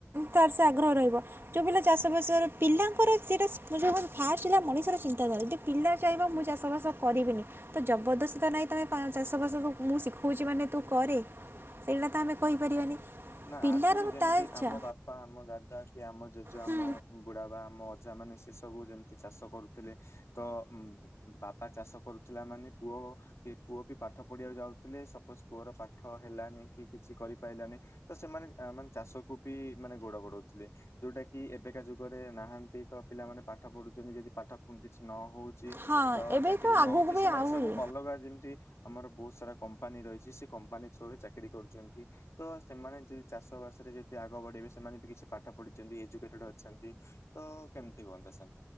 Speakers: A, on the right (about 50°); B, on the left (about 70°).
A: ତାର ସେ ଆଗ୍ରହ ରହିବ। ଯୋଉ ପିଲା ଚାଷବାସ ପିଲାଙ୍କର ସେଇଟା ଯୋଉ କ ଫାଷ୍ଟ ମଣିଷର ଚିନ୍ତାଧାରା ପିଲା ଚାହିଁବ ମୁଁ ଚାଷବାସ କରିବିନି, ତ ଜବରଦସ୍ତି ତ ନାଇଁ ତମେ ଚାଷବାସକୁ ମୁଁ ଶିଖଉଛି ମାନେ ତୁ କରେ। ସେଇଟା ତ ଆମେ କହିପାରିବାନି।
B: ନା
A: ପିଲାର
B: ଆଗରୁ ଯେମିତି
A: ତା ଇଚ୍ଛା
B: ଆମ ବାପା ଆମ ଦାଦା କି ଆମ ଜେଜେ ଆମ
A: ହୁଁ
B: ବୁଢା ବା ଆମ ଅଜା ମାନେ ସେ ସବୁ ଯେମିତି ଚାଷ କରୁଥିଲେ, ତ ଉ ବାପା ଚାଷ କରୁଥିଲା ମାନେ ପୁଅ କି ପୁଅ ବି ପାଠ ପଢିବାକୁ ଯାଉଥିଲେ ସପୋଜ ପୁଅର ପାଠ ହେଲାନି କି କିଛି କରିପାଇଲାନି ତ ସେମାନେ ମାନେ ଚାଷକୁ ବି ମାନେ ଗୋଡ ବଢଉଥିଲେ। ଯୋଉଟା କି ଏବେକା ଯୁଗରେ ନାହାନ୍ତି ତ ପିଲାମାନେ ପାଠ ପଢୁଛନ୍ତି, ଯଦି ପାଠ କିଛି ନ ହଉ ଚି
A: ହଁ
B: ତ
A: ଏବେ
B: ଚାକିରି ନ
A: ଆଗକୁ
B: ହଉଛି
A: ବି
B: ସେମାନେ
A: ଆହୁରି
B: ସବୁ ଅଲଗା ଯେମିତି ଆମର ବହୁତ ସାରା କମ୍ପାନୀ ରହିଛି ସେ କମ୍ପାନୀ ଥ୍ରୋରେ ଚାକିରି କରୁଛନ୍ତି, ତ ସେମାନେ ଯଦି ଚାଷ ବାସରେ ଯଦି ଆଗ ବଢେଇବେ ସେମାନେ ବି କିଛି ପାଠ ପଢିଛନ୍ତି, ଏଜୁକେଟେଡ ଅଛନ୍ତି। ତ କେମତି ହୁଅନ୍ତା ସେନ୍?